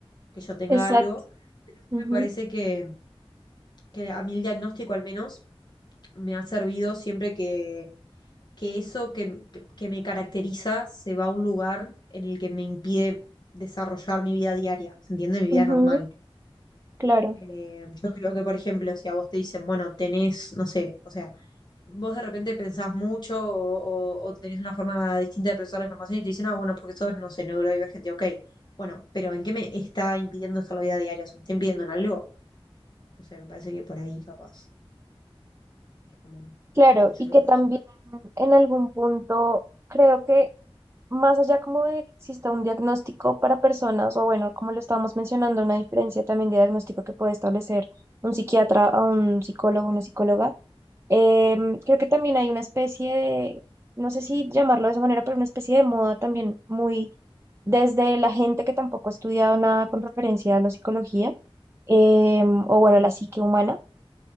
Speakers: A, on the left; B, on the right.
A: que yo tenga
B: exacto.
A: algo. Pero sí
B: Ujú,
A: me parece que, que a mí el diagnóstico al menos me ha servido siempre que que eso que, que- que me caracteriza se va a un lugar en el que me impide desarrollar mi vida diaria, ¿se entiende? Mi vida
B: ujú.
A: normal.
B: Claro,
A: Eh, yo creo que, por ejemplo, si a vos te dicen, bueno, tenés, no sé, o sea, vos de repente pensás mucho o, o- o tenés una forma distinta de procesar la información y te dicen, ah, bueno, porque sos, no sé, neurodivergente, ok. Bueno, pero ¿en qué me está impidiendo esto la vida diaria? O sea, ¿me está impidiendo en algo? No sé, me parece que por ahí capaz es como
B: claro,
A: por donde yo
B: y que
A: lo resuelvo.
B: también en algún punto creo que más allá como de que exista un diagnóstico para personas, o bueno, como lo estábamos mencionando, una diferencia también de diagnóstico que puede establecer un psiquiatra a un psicólogo, una psicóloga, em, creo que también hay una especie de, no sé si llamarlo de esa manera, pero una especie de moda también muy desde la gente que tampoco ha estudiado nada con referencia a la psicología, em, o bueno, la psique humana